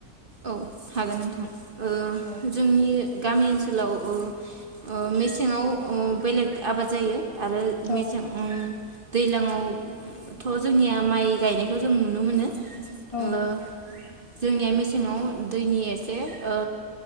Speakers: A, on the right; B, on the left.
A: औ हागोन नोंथां। ओ
B: औ
A: जोंनि गामि ओनसोलाव ओ ओ मेसेङाव ओ बेलेग आबाद जायो। आरो
B: औ
A: मेसें ओं। दैज्लाङावथ' जोंनिया माइ गायनायखौ जों नुनो मोनो।
B: औ
A: ओ
B: नंगौ।
A: जोंनिया मेसें सिङाव दैनि एसे ओ